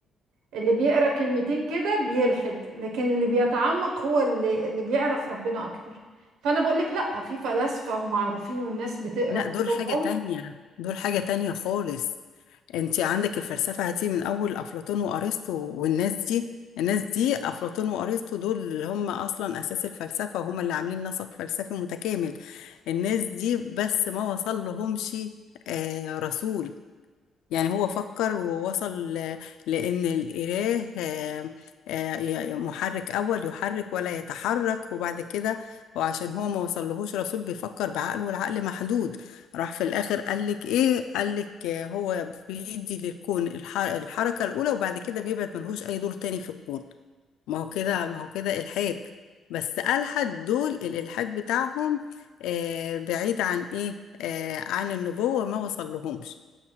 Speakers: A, on the right; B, on the left.
A: اللي بيقرا كلمتين كده بيلحد لكن اللي بيتعمق هو اللي اللي بيعرف ربنا اكتر فانا بقول لك لا في فلاسفه ومعروفين والناس بتقرا
B: لا
A: كتبهم
B: دول حاجة تانية دول حاجة تانية خالص انت عندك الفلسفة هتيجي من اول افلاطون وارسطو والناس دي الناس دي افلاطون وارسطو دول اللي هم اصلا اساس الفلسفة وهم اللي عاملين نسق فلسفي متكامل الناس دي بس ما وصل لهمش آه، رسول يعني هو فكر ووصل ل- لأن الإله آه، آه، ي- محرك أول يحرك ولا يتحرك وبعد كده وعشان هو ما وصلهوش رسول بيفكر بعقله والعقل محدود راح في الآخر قالك إيه قالك آه، هو بيدي للكون الح- الحركة الأولى وبعد كده بيبعد ملهوش أي دور تاني في الكون ما هو كده ما هو كده إلحاد بس ألحد دول الإلحاد بتاعهم آه، بعيد عن إيه آه، عن النبوة ما وصل لهمش